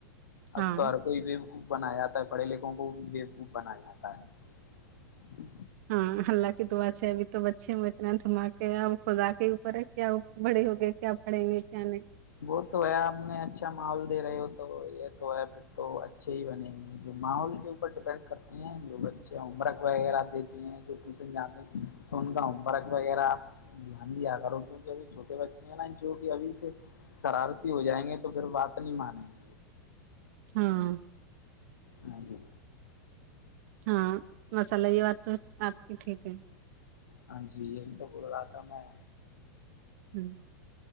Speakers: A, on the right; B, on the left.
A: ہاں
B: اب تو ہر کوئی بھی خوب بنایا جاتا ہے پڑھے لکھوں کو بھی بےوب بنایا جاتا ہے
A: ہاں اللہ کی دعا سے ابھی تو بچے میں اتنا دھما کے اب خودا کے اوپر ہے کیا بڑے ہوگے کیا پڑیں گے کیا نہیں
B: وہ تو ہے آپ نے اچھا ماحول دے رہے ہو تو یہ تو ہے پھر تو اچھے ہی بنےیں گے جو ماحول کے اوپر ڈپینڈ کرتے ہیں جو بچے ہوم ورک وغیرہ دیتے ہیں جو ٹیوشن جاتے ہیں تو ان کا ہوم ورک وغیرہپ دھیان دیا کرو کیوںکہ ابھی چھوٹے بچے ہیں نا جو کہ ابھی سے شرارتی ہو جائیں گے تو پھر بات نہیں مانیں گے
A: ہاں
B: ہاں جی
A: ہاں مساللہ یہ بات تو آپ کی ٹھیک ہے
B: ہاں جی یہی تو بول رہات تھا میں
A: ہوں